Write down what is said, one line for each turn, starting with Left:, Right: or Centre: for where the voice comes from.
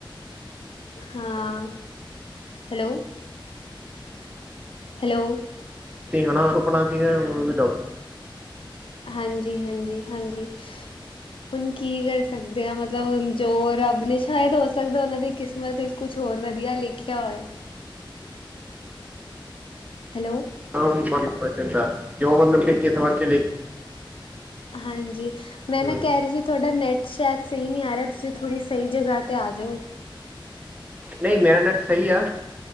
Left: ਹਾਂ, ਹੈਲੋ। ਹੈਲੋ।
Right: ਤੇ ਹਣਾ ਸੁਪਨਾ ਸੀਗਾ <unintelligible>
Left: ਹਾਂਜੀ, ਹਾਂਜੀ, ਹਾਂਜੀ। ਹੁਨ ਕੀ ਕਰ ਸਕਦੇ ਆ, ਮਤਲਬ ਜੋ ਰੱਬ ਨੇ ਸ਼ਾਇਦ ਹੋ ਸਕਦਾ ਓਨਾਂ ਦੀ ਕਿਸਮਤ 'ਚ ਕੁਛ ਹੋਰ ਵਧੀਆ ਲਿਖਿਆ ਹੋਏ। ਹੈਲੋ।
Right: <unintelligible> ਜੋ ਮਤਲਬ ਕਿ ਕਿਸਮਤ ਚ ਲਿਖ
Left: ਹਾਂਜੀ ਮੈਂ ਨਾ
Right: ਹਮ,
Left: ਕਹਿ ਰੀ ਸੀ, ਤੁਹਾਡਾ ਨੈੱਟ ਸ਼ਾਇਦ ਸਈ ਨਈ ਆ ਰਿਹਾ ਤੁਸੀਂ ਥੋੜ੍ਹੀ ਸਈ ਜਗ੍ਹਾ ਤੇ ਆ ਜੋ।
Right: ਨਈ ਮੇਰਾ ਨੈਟ ਸਈ ਐ।